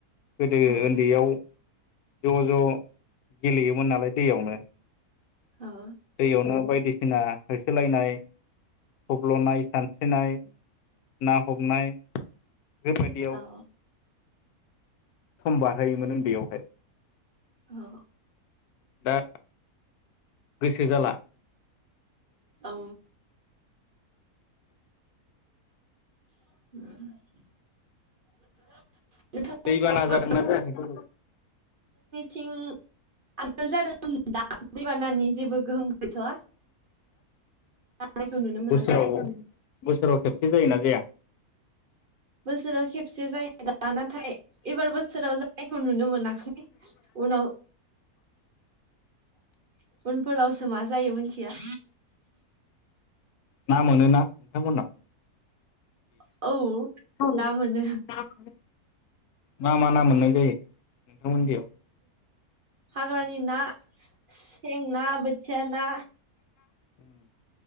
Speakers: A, on the left; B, on the right.
A: गोदो
B: औ
A: ओन्दैयाव। ज' ज' गेलेयोमोन नालाय दैयावनो।
B: औ
A: दैयावनो बायदिसि सिना होसोलायनाय थब्ल'नाय सानस्रिनाय ना हमनाय। बेबायदियाव।
B: औ
A: सम बारहोयोमोन ओन्दैयावहाय।
B: औ।
A: दा गोसो जाला।
B: औ। <inaudible> नोंथां
A: दैबाना जादोंना जायाखै।
B: थिं आगोल जादों दा दैबानानि जेबो गोहोम गैथ'आ जानायखौ नुनो मोनाखै।
A: बोसोराव बोसोराव खेबसे जायोना जाया
B: बोसोराव खेबसे जायो दा नाथाय एबार बोसोराव जानायखौ नुनो मोनाखै उनाव <inaudible> उनफोरावसो मा जायो मोनथिया
A: ना मोनोना नोंथांमोननाव?
B: औ
A: औ
B: ना मोनो
A: ना मोनो मा मा ना मोननाय जायो? नोंथां मोननियाव
B: हाग्रानि ना सेें ना बोथिया ना
A: उम